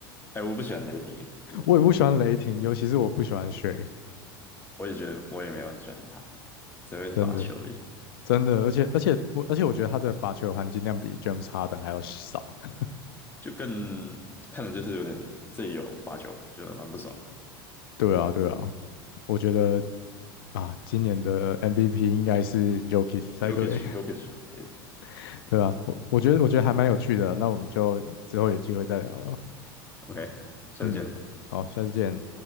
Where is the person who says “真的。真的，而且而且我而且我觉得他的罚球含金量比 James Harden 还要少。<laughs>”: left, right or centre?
Left